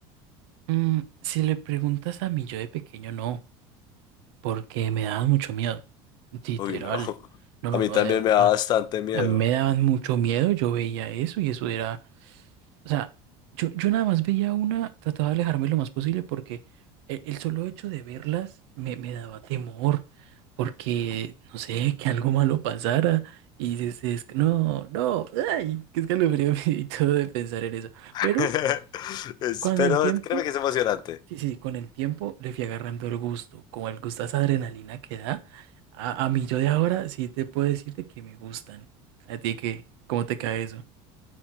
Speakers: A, on the right; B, on the left.
A: Mm, si le preguntas a mí yo de pequeño, no, porque me daban mucho miedo. Literal.
B: Uy, no. <laughs>
A: No, no,
B: A mí
A: no,
B: también
A: de verdad.
B: me da bastante miedo.
A: A mí me daban mucho miedo, yo veía eso y eso era... O sea, yo, yo nada más veía una, trataba de alejarme lo más posible porque e- el, solo hecho de verlas me, me daba temor, porque, no sé, que algo malo pasara. Y dices, es que no, no, ay, qué escalofrío <laughs> y todo de pensar en eso.
B: <laughs>
A: Pero
B: Es-
A: con
B: Pero
A: el tiempo,
B: créeme que es emocionante.
A: sí, sí, con el tiempo le fui agarrando el gusto, como el gusto a esa adrenalina que da. A, a mí yo de ahora sí te puedo decirte que me gustan. ¿A ti qué? ¿Cómo te cae eso?